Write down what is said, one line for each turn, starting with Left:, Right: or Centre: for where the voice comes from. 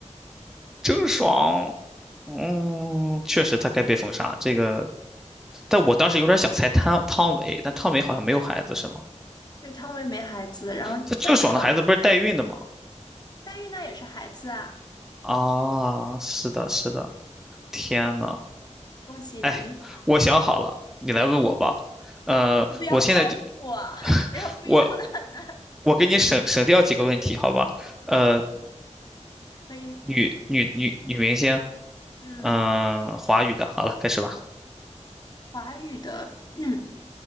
Centre: 郑爽，嗯，确实她该被封杀。这个，但我当时有点想猜汤汤唯，
Left: 对呀、
Centre: 但汤唯好像没有孩子是吗？
Left: 对，汤唯没孩子，然后郑爽、
Centre: 这郑爽的孩子不是代孕的吗？
Left: 代孕那也是孩子啊。
Centre: 啊，是的，是的，天呐，
Left: 嗯，恭喜你！
Centre: 哎，我想好了，你来问我吧。呃，
Left: 你不要报复我，
Centre: 我现在就
Left: <laughs>
Centre: <laughs>
Left: 你不要故意弄得很难。
Centre: 我我给你省省掉几个问题，好吧？呃，
Left: <laughs> 可以，
Centre: 女女女女明星，
Left: 嗯，
Centre: 嗯、华语的，好了，开始吧。
Left: 华语的，嗯，